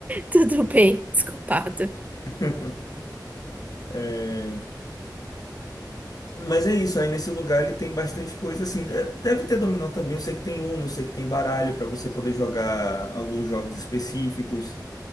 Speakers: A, on the right (about 20°); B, on the left (about 60°).
A: Tudo bem, desculpado.
B: <laughs> É, Mas é isso, aí nesse lugar ele tem bastante coisa assim. De- Deve ter dominó também, eu sei que tem Uno, eu sei que tem baralho para você poder jogar alguns jogos específicos.